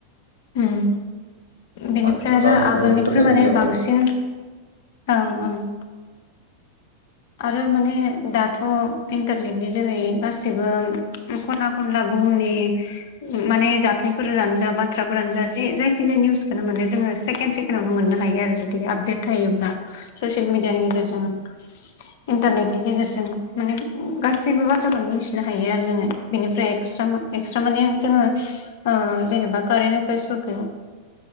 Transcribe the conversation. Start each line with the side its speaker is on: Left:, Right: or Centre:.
Left: ओम बेनिफ्राय
Right: आगोलथ'
Left: आरो आगोलनिख्रुइ
Right: बेफोरबायदि
Left: माने
Right: गैयामोन
Left: बांसिन
Right: ना
Left: ओं ओं आरो माने दाथ' इन्टारनेटनि जोहै गासिबो ओं ख'ना खनला बुहुमनि ओम माने जाथायफोरानो जा बाथ्राफोरानो जा जि जायखिजाया निउसखौनो माने जोङो सेकेणड सेकेणडआवनो मोननो हायो आरो जुदि आपडेट थायोब्ला ससियेल मेडियानि गेजेरजों इन्टारनेटनि गेजेरजों माने ओम गासैबो बाथ्राखौनो मिथिनो हायो आरो जोङो बेनिफ्राय एक्सट्रा मा एक्सट्रा माने जोङो ओ जेनेबा कारेन्ट एफेयार्सफोरखौ